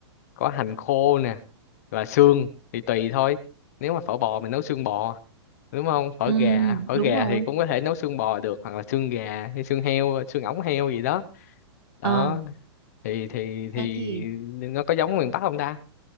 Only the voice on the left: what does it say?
có hành khô nè và xương thì tùy thôi nếu mà phở bò mình nấu xương bò đúng không phở
gà phở
gà
thì cũng có thể nấu xương bò được hoặc là xương gà hay xương heo xương ống heo gì đó đó
thì thì thì
nó có giống miền Bắc không ta